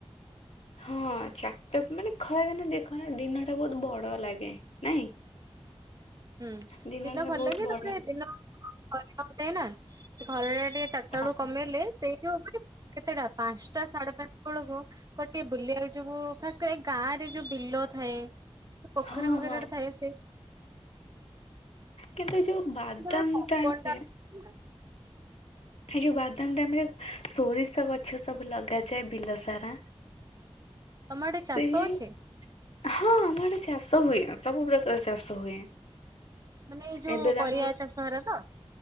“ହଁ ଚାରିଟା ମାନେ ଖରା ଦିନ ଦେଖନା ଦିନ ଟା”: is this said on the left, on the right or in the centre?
Left